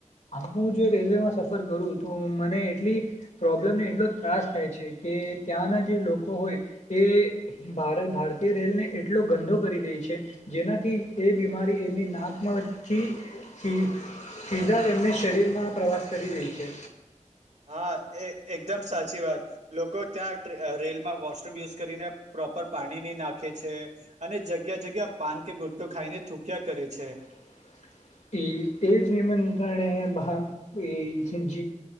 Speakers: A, on the left (about 65°); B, on the right (about 65°).
A: હું જો રેલવેમાં સફર કરું તો મને એટલી પ્રોબ્લેમ ને એટલો ત્રાસ થાય છે કે કે ત્યાંના જે લોકો હોય એ ાર ભારતીય રેલ ને એટલો ગંદો કરી દે છે જેનાથી એ બીમારી એમની નાક મળચીી સીધા એમને શરીરમાં પ્રવાસ કરી દે છે
B: હા એ એકદમ સાચી વાત લોકો ત્યાં રેલમાં વોશરૂમ યુઝ કરીને પ્રોપર પાણી નહી નાખે છે અને જગ્યા જગ્યા પાન કે ગુટકોો ખાઈને થૂક્યા કરે છે
A: <inaudible> એ એ જ નિમંત્રણે આપણે